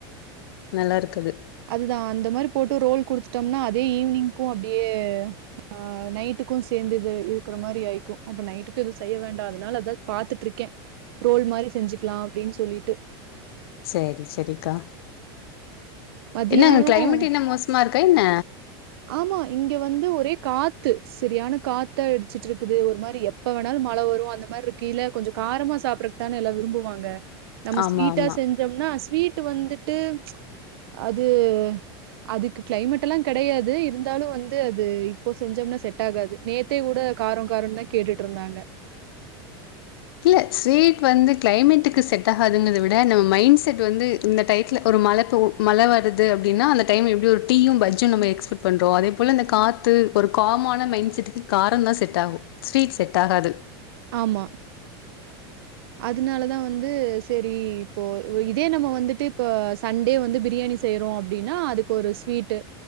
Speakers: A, on the left (about 65°); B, on the right (about 70°).
A: நல்லாயிருக்குது
B: அதுதா அந்த மாரி போட்டு ரோல் குடுத்துட்டோம்னா அதே ஈவினிங்கோ அப்டியே ஆ நைட்டுக்கோ சேர்ந்து இது இருக்குற மாரி ஆயிக்கோ அப்ப நைட்டுக்கு எதுவோ செய்ய வேண்டா அதனால அத பாத்துட்டுயிருக்கே ரோல் மாரி செஞ்சுக்கலா அப்டின்னு சொல்லி ட்டு
A: சேரி செரிக்கா
B: மதியானம்
A: என்னங்க கிளைமேட் என்ன மோசமாயிருக் வேண்ண
B: ஆமா இங்க வந்து ஒரே காத்து சரியான காத்தா அடிச்சிட்டுயிருக்குது ஒரு மாரி எப்ப வேணாலோ மல வரோ அந்த மாரியிருக்கு இல்ல கொஞ்சோ காரமா சாப்புடுறதுக்குதான எல்லா விரும்புவாங்க நம்ம
A: ஆமா
B: ஸ்வீட்டா
A: ஆமா
B: செஞ்சோம்னா ஸ்வீட் வந்துட்டு அது அதுக்கு கிளைமேட்யெல்லாம் கெடையாது இருந்தாலோ வந்து அது இப்போ செஞ்சோம்னா செட் ஆகாது நேத்தே கூட காரோ காரோன்னுதா கேட்டுட்டுயிருந்தாங்க
A: இல்ல ஸ்வீட் வந்து கிளைமேட்டுக்கு செட் ஆகதுங்குறத விட அந்த மைண்ட் செட் வந்து இந்த டையத்துல ஒரு மல மல வருது அப்டின்னா அந்த டைம் எப்டி ஒரு டீயோ பஜ்ஜோ நம்ம எக்ஸ்பெக்ட் பண்றோ அதே போல அந்த காத்து ஒரு காமான மைண்ட் செட்டுக்கு காரோதா செட் ஆகோ ஸ்வீட் செட்டாகாது
B: ஆமா அதுனாலதா வந்து செரி இப்போ இதே நம்ம வந்துட்டு இப்ப சண்டே வந்து பிரியாணி செய்யறோம் அப்டின்னா அதுக்கு ஒரு ஸ்வீட்டு